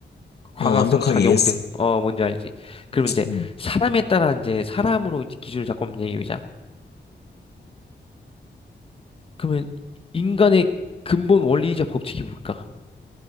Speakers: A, on the left; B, on the left.
A: 광학성
B: 어, 완벽하게
A: 작용
B: 이해했어.
A: 등. 어, 뭔지 알지? 그러면 이제
B: 음.
A: 사람에 따라 이제 사람으로 이제 기준을 잡고 한번 얘기해 보자. 그러면 인간의 근본 원리이자 법칙이 뭘까?